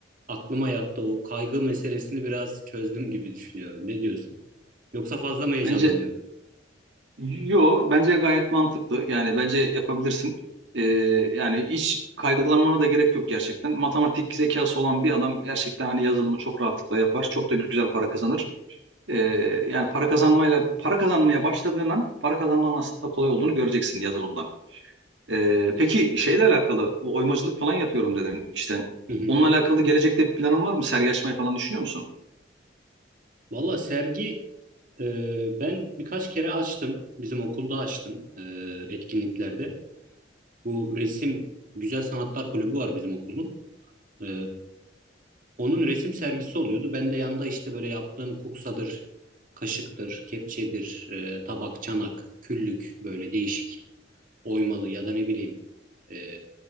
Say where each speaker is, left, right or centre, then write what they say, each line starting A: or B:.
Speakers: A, on the right; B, on the right.
A: aklıma yattı o kaygı meselesini biraz çözdüm gibi düşünüyorum. Ne diyorsun? Yoksa fazla mı heyecanlanıyorum?
B: Bence yo bence gayet mantıklı. Yani bence yapabilirsin. E, yani hiç kaygılanmana da gerek yok gerçekten. Matematik zekası olan bir adam gerçekten hani yazılımı çok rahatlıkla yapar. Çok da güzel para kazanır. Ee, yani para kazanmayla para kazanmaya başladığın an para kazanmanın aslında kolay olduğunu göreceksin yazılımdan. Ee,
A: Hmm.
B: peki şeyle alakalı bu oymacılık falan yapıyorum dedim işte.
A: <laughs>
B: Onunla alakalı gelecekte bir planın var mı? Sergi açmayı falan düşünüyor musun?
A: Valla sergi e, ben birkaç kere açtım. Bizim okulda açtım e, etkinliklerde. Bu resim Güzel Sanatlar Kulübü var bizim okulun. E, Onun resim sergisi oluyordu. Ben de yanda işte böyle yaptığım kuksadır, kaşıktır, kepçedir, e, tabak, çanak, küllük böyle değişik oymalı ya da ne bileyim e,